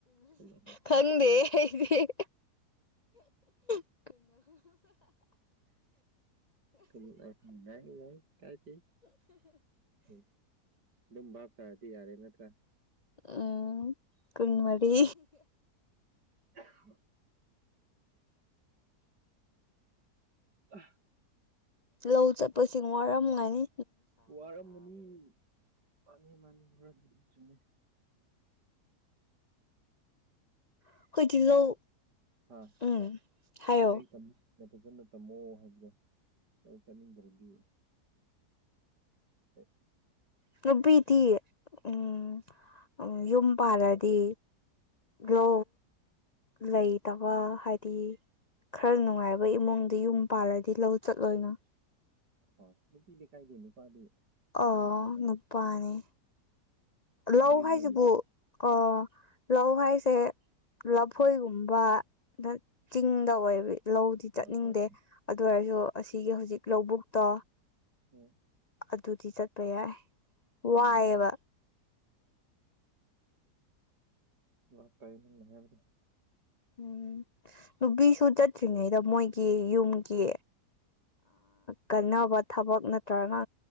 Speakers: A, on the right; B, on the left.
A: ꯀꯩꯅꯣ
B: ꯈꯪꯗꯦ ꯑꯩꯗꯤꯦ <inaudible>
A: ꯎ ꯌꯥ ꯌꯥ ꯀꯥꯏ ꯎ ꯑꯗꯨꯝ ꯚꯥꯞ ꯆꯥꯔꯗꯤ ꯌꯥꯔꯦ ꯅꯠꯇ꯭ꯔꯥ
B: ꯎꯝ ꯀꯨꯟꯃꯔꯤ
A: ꯑꯥꯍꯨ ꯑ
B: ꯂꯧ ꯆꯠꯄꯁꯤꯡ ꯋꯥꯔꯝꯒꯥꯏꯅꯤ
A: ꯋꯥꯔꯝꯃꯅꯤ ꯃꯥꯅꯤ ꯃꯥꯅꯤ ꯋꯥꯔꯝꯅꯤ ꯆꯨꯝꯅꯤ
B: ꯑꯩꯈꯣꯏꯗꯤ ꯂꯧ
A: ꯍꯥ
B: ꯎꯝ ꯍꯥꯏꯌꯣ
A: ꯑꯩ ꯅ ꯐꯖꯅ ꯇꯝꯃꯣ ꯍꯥꯏꯕ꯭ꯔꯥ ꯆꯥꯅꯤꯡꯗ꯭ꯔꯗꯤ ꯍ
B: ꯅꯨꯄꯤꯗꯤ ꯎꯝ ꯌꯨꯝ ꯄꯥꯜꯂꯗꯤ ꯒꯣ ꯂꯩꯇꯕ ꯍꯥꯏꯗꯤ ꯈꯔ ꯅꯨꯡꯉꯥꯏꯕ ꯏꯃꯨꯡꯗ ꯌꯨꯝ ꯄꯥꯜꯂꯗꯤ ꯂꯧ ꯆꯠꯂꯣꯏꯅ
A: ꯍꯣꯏ ꯅꯨꯄꯤꯗꯤ ꯀꯥꯏꯗꯦ ꯅꯨꯄꯥꯗꯤ
B: ꯑ
A: ꯍꯣꯠꯅꯒꯗꯕꯅꯤ
B: ꯅꯨꯄꯥꯅꯤ ꯂꯧ
A: ꯑꯗꯨꯏꯅꯦ
B: ꯍꯥꯏꯁꯤꯕꯨ ꯑ ꯂꯧ ꯍꯥꯏꯁꯦ ꯂꯐꯣꯏꯒꯨꯝꯕ ꯕ ꯆꯤꯡꯗ ꯑꯣꯏꯕ ꯂꯧꯗꯤ
A: ꯍꯣꯏ
B: ꯆꯠꯅꯤꯡꯗꯦ
A: ꯍꯣꯏ
B: ꯑꯗꯨ ꯑꯣꯏꯔꯁꯨ ꯑꯁꯤꯒꯤ ꯍꯧꯖꯤꯛ ꯂꯧꯕꯨꯛꯇꯣ
A: ꯑꯣ
B: ꯑꯗꯨꯗꯤ ꯆꯠꯄ ꯌꯥꯏ
A: ꯀꯂ
B: ꯋꯥꯏꯑꯦꯕ
A: ꯂ ꯇꯥꯏ ꯍꯥꯏꯕꯗ
B: ꯎꯝ ꯅꯨꯄꯤꯁꯨ ꯆꯠꯇ꯭ꯔꯤꯉꯩꯗ ꯃꯣꯏꯒꯤ ꯌꯨꯝꯒꯤ ꯀꯟꯅꯕ ꯊꯕꯛ ꯅꯠꯇ꯭ꯔꯒ